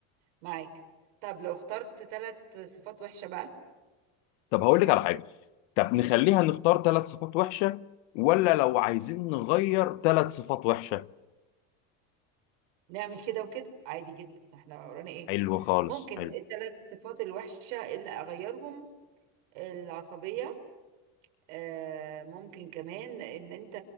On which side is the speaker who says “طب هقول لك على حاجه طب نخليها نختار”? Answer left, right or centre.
Left